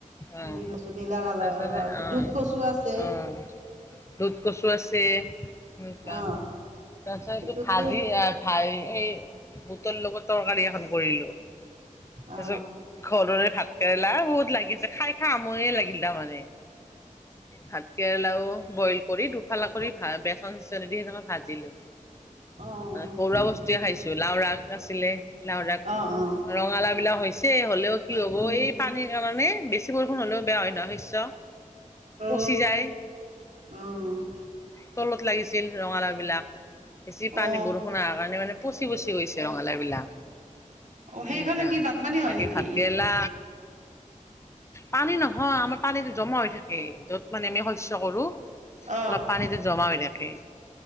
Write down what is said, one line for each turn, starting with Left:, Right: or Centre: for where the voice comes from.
Left: অঁ
Right: নীলা নীলা কালাৰৰ
Left: তাৰপিছত
Right: আৰু
Left: অঁ
Right: দুধ কচু আছে।
Left: অঁ দুধ কচু আছে এনেকুৱা
Right: অ
Left: তাৰপত এইটো
Right: সেইটোতো
Left: ভাজি আৰু ভাই সেই বুটৰ লগত তৰকাৰী এখন কৰিলোঁ তাৰপিছত
Right: অ
Left: ঘৰৰে ভাত কেৰেলা বহুত লাগি আছে খাই খা সময়ে লাগিল তাৰমানে। ভাত কেৰেলাও বইল কৰি দুফালা কৰি ভ বেচ ন চিচন দি সেইকে ভাজিলো
Right: অ
Left: সৰুৱা বস্তুৱয়ে
Right: হয় নেকি
Left: খাইছো লাও ৰাগ আছিলে লাাহদাক
Right: অ অ
Left: ৰঙাল বিলাক হৈছে হ'লেও কি হ'ব
Right: উম
Left: এই পানীৰ কাৰণে বেছি বৰষুণ হ'লেও বেয়া হয় নয় শস্য
Right: অ
Left: পচি যায়।
Right: অ'।
Left: তলত লাগিছিল ৰঙালাও বিলাক। বেছি পানী
Right: অ
Left: বৰষুণৰ কাৰণে মানে পচি, পচি গৈছে ৰঙালা বিলাক।
Right: অ সেইফালে
Left: এনেকা
Right: কি বানপানী হয়
Left: বাকী
Right: নেকি
Left: ভাতকেৰেলা পানী নহয় আমাৰ পানীটো জমা হৈ থাকে য'ত মানে আমি শস্য কৰোঁ অলপ
Right: অ
Left: পানীটো জমা হৈ থাকে।